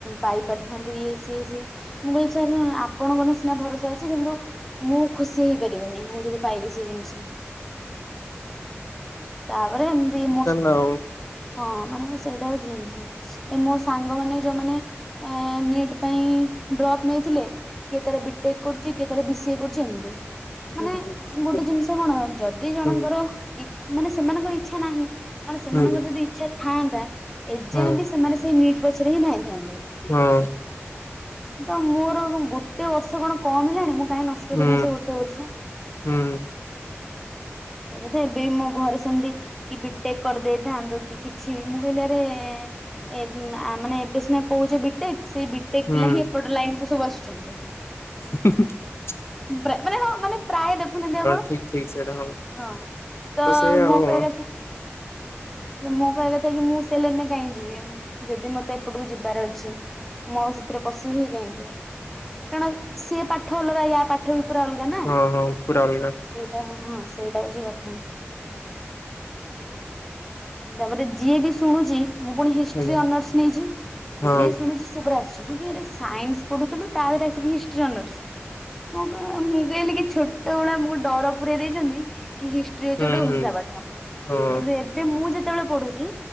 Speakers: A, in the centre; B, on the left.
A: ପାଇ ପାରିଥାନ୍ତୁ, ଇଏ, ସିଏ, ସିଏ ମୁଁ କହି ସାର୍ ଆପଣଙ୍କ ମାନଙ୍କ ସିନା ଭରସା ଅଛି, କିନ୍ତୁ ମୁଁ ଖୁସି ହେଇପାରିବିନି। ମୁଁ ଯଦି ପାଇବି ସେ ଜିନ୍ସ। ତାପରେ ଏମିତି ମୋ
B: ହଉ।
A: ହଁ ମାନେ ସେଇଟା ହେଉଛି ଜିନ୍ସ। ଏ ମୋ ସାଙ୍ଗମାନେ ଯୋଉମାନେ ଏ ନିଟ୍ ପାଇଁ ଡ୍ରପ୍ ନେଇଥିଲେ କିଏ ତାର ବିଟେକ୍ କରୁଛି। କିଏ ତାର ବିସିଏ କରୁଛି। ଯେମିତି,
B: ଆଜ୍ଞା।
A: ମାନେ ଗୋଟେ ଜିନ୍ସ କଣ, ଯଦି ଜଣଙ୍କର
B: ହୁଁ
A: ଇ ମାନେ ସେମାନଙ୍କର ଇଚ୍ଛା ନାହିଁ। କାରଣ ସେମାନଙ୍କର
B: ହୁଁ
A: ଯଦି ଇଚ୍ଛା ଥାଆନ୍ତା ଏଯାଏଁ
B: ହଁ
A: ବି ସେମାନେ ସେ ନିଟ୍ ପଛରେ ହିଁ ଧାଇଁଥାନ୍ତେ।
B: ହଁ।
A: ତ ମୋର ଗୋଟେ ବର୍ଷ କଣ କମ୍ ହେଲାଣି। ମୁଁ, କାଇଁ ନ କଷ୍ଟ
B: ହୁଁ
A: କରିବି ସେ ଗୋଟେ ବର୍ଷ?
B: ହୁଁ
A: ଏଇ ନା ତ ଏବେ ବି ମୋ ଘରେ ସେମିତି କି ବି ଟେ କରିଦେଇଥାନ୍ତୁ, କି କିଛି ବି। ମୁଁ କହିଲି ଆରେ ଏ ମାନେ ଏବେ ସିନା କହୁଛେ ବିଟେକ୍, ସେଇ ବିଟେକ୍
B: ହୁଁ
A: ପିଲା ହିଁ ଏପଟ ଲାଇନ୍ କୁ ସବୁ ଆସୁଛନ୍ତି।
B: ହ <inaudible>
A: ବ୍ରା ମାନେ ହଁ ମାନେ ପ୍ରାୟ ଦେଖୁନାହାନ୍ତି ଆପଣ?
B: ଠିକ ଠିକ ସେଇଟା
A: ହଁ। ତ
B: ସେ
A: ମୁଁ
B: ଆଉ ହଁ
A: କହିବା କଥା ମୋ କହିବା କଥାକି ମୁଁ ସେ ଲାଇନରେ କାହିଁ ଯିବି ଯଦି ମତେ ଏପଟକୁ ଯିବାର ଅଛି। ମୁଁ ଆଉ ସେଥିରେ ପଶିବି ହି କାହିଁକି କାରଣ ସିଏ ପାଠ ଅଲଗା ୟା ପାଠ ବି ପୁରା ଅଲଗା ନା।
B: ହଁ ହଁ ପୁରା ଅଲଗା।
A: ସେଇଟା ହଁ ସେଇଟା ହଉଛି କଥା। ତାପରେ ଯିଏ ବି ଶୁଣୁଛି ମୁଁ ଫୁଣି ହିଷ୍ଟ୍ରି
B: ଆଜ୍ଞା
A: ଅନର୍ସ ନେଇଛି
B: ହଁ
A: ଯିଏ ଶୁଣୁଛି ସେ ସେ ପୁରା ଆଶ୍ଚର୍ଯ୍ୟ କି ଆରେ ସାଇନ୍ସ ପଢୁଥିଲୁ ତା ଦେହରେ ଆସିକି ହିଷ୍ଟି ଅନର୍ସ <unintelligible> କହିଲି କି ଛୋଟବେଳେ ମ ଡର ପୁରେଇ ଦେଇଛନ୍ତି କି ହିସ୍ ହଉଛି
B: ହୁଁ
A: ଗୋଟେ ଘୁଷା
B: ହୁଁ।
A: ପାଠ
B: ହଁ
A: କିନ୍ତୁ ଏବେ ମୁଁ ଯେତେବେଳେ ପଢୁଛି